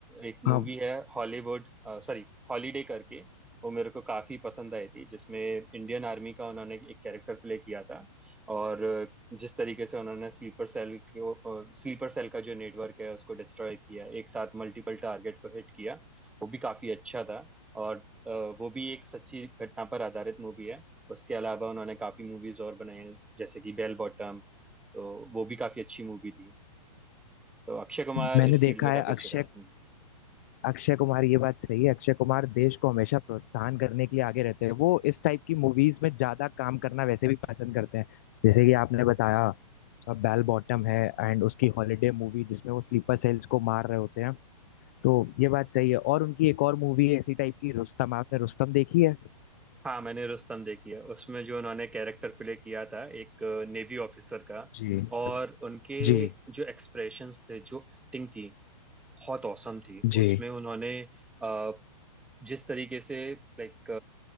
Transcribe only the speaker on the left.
हाँ
मैंने
देखा
है
अक्षय
अक्षय कुमार ये बात सही है अक्षय कुमार देश को हमेशा प्रोत्साहन करने के लिए आगे रहते हैं वो इस टाइप की मूवीज में ज्यादा काम करना वैसे भी पसंद करते हैं जैसे कि आपने बताया बेल बॉटम है एंड उसकी हॉलीडे मूवी जिसमें वो स्लीपर सेल्स को मार रहे होते हैं तो ये बात सही है और उनकी एक और मूवी है इसी टाइप की रुस्तम आपने रुस्तम देखी है
जी
जी
जी